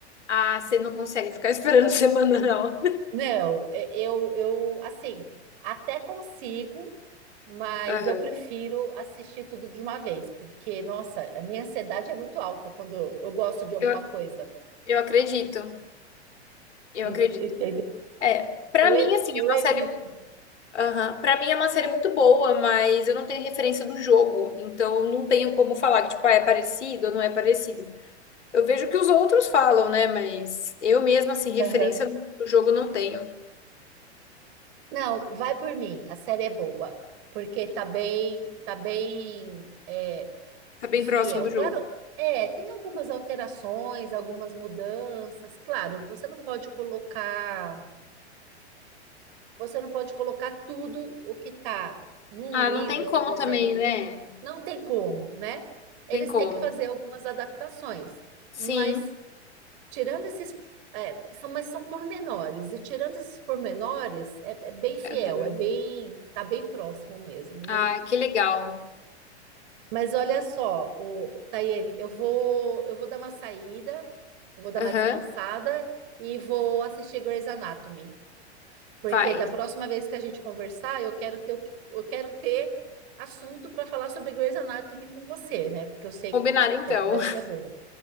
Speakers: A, on the left; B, on the right.
A: Ah, você não consegue ficar esperando <laughs> semanal.
B: Não, é, eu, eu assim, até consigo, mas
A: Aham.
B: eu prefiro assistir tudo de uma vez, porque, nossa, a minha ansiedade é muito alta quando eu gosto de alguma
A: Eu, ac-
B: coisa.
A: eu acredito, eu
B: En-
A: acredito.
B: Entendeu?
A: É, pra
B: Eu, e-
A: mim, assim,
B: eu
A: é uma
B: evito.
A: série. mu- Aham. Pra mim é uma série muito boa, mas eu não tenho referência do jogo, então eu não tenho como falar que, tipo, ah, é parecido ou não é parecido. Eu vejo que os outros falam, né? Mas eu mesma, assim, referência
B: Aham.
A: do do jogo não tenho.
B: Não, vai por mim, a série é boa, porque tá bem, tá bem, é,
A: Tá bem
B: fiel.
A: próximo do jogo.
B: Claro, é, tem algumas alterações, algumas mudanças. Claro, você não pode colocar, você não pode colocar tudo o que está num
A: Ah,
B: livro,
A: não tem como
B: por exemplo.
A: também, né? Não
B: Não tem como, né? Eles
A: tem como.
B: têm que fazer algumas adaptações,
A: Sim.
B: mas tirando esses, é, são, mas são pormenores, e tirando esses pormenores, é, é bem fiel,
A: Aham.
B: é bem, tá bem próximo mesmo, viu?
A: Ah, que legal.
B: Mas olha só, o Tayene, eu vou, eu vou dar uma saída, eu vou dar uma
A: Aham.
B: descansada e vou assistir Grey's Anatomy, porque
A: Faz.
B: da próxima vez que a gente conversar, eu quero ter, o que- eu quero ter assunto para falar sobre Grey's Anatomy com você, né? Porque eu sei
A: Combinado,
B: que
A: então.
B: é, deve
A: <laughs>
B: ser boa.